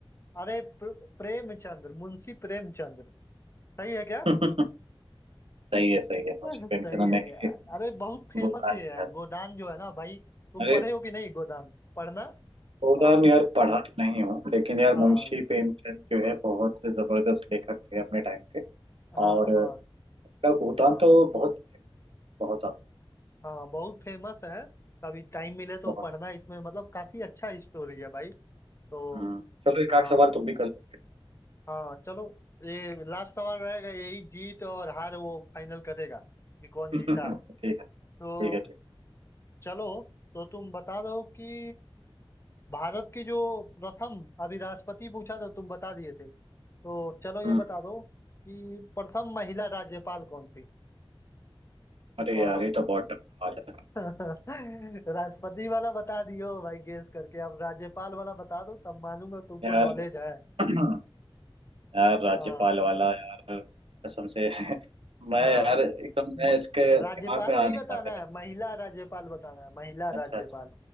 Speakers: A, on the left; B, on the right.
A: अरे प्र, प्रेमचंद्र मुंशी प्रेमचंद्र सही है क्या
B: <laughs> सही है सही
A: <laughs>
B: है मुंशी
A: सही
B: प्रेमचंद
A: है
B: ने
A: यार
B: ही
A: अरे बहुत फेमस
B: गोदान
A: है
B: लिखा
A: यार गोदान जो है ना भाई
B: था।
A: तुम
B: अरे
A: पढ़े हो कि नहीं गोदान पढ़ना
B: गोदान
A: और
B: यार पढ़ा तो नहीं हूँ लेकिन यार
A: हाँ
B: मुंशी प्रेमचंद जो है बहुत जबरदस्त लेखक थे अपने टाइम के
A: हाँ
B: और
A: हाँ
B: उनका गोदान
A: हाँ
B: तो बहुत पसंद है बहुत ज्यादा
A: हाँ बहुत फेमस है कभी टाइम मिले तो
B: बहुत
A: पढ़ना इसमें मतलब काफी अच्छा स्टोरी है भाई तो
B: ज्यादा हम्म। चलो एक
A: हाँ
B: आध सवाल तुम भी कर लो
A: हाँ चलो ये लास्ट सवाल रहेगा यही जीत और हार वो फाइनल करेगा कि कौन
B: <laughs>
A: जीता
B: ठीक है
A: तो
B: ठीक है ठीक है
A: चलो तो तुम बता दो कि भारत की जो प्रथम अभी राष्ट्रपति पूछा तो तुम बता दिए थे तो चलो ये
B: हम्म,
A: बता दो कि प्रथम महिला राज्यपाल कौन थी
B: अरे
A: और
B: यार ये तो बहुत टफ सवाल है
A: राष्ट्रपति वाला बता दियो भाई गेस करके अब राज्यपाल वाला बता दो तब मानूंगा तुमको
B: यार
A: नॉलेज है
B: <clears throat> यार राज्यपाल
A: हाँ
B: वाला यार कसम से <laughs> मैं
A: हाँ
B: यार एकदम
A: म-
B: मैं इसके दिमाग
A: राज्यपाल
B: में आ
A: नहीं
B: नहीं
A: बताना
B: रहा मेरे
A: है महिला राज्यपाल बताना है महिला
B: अच्छा
A: राज्यपाल
B: अच्छा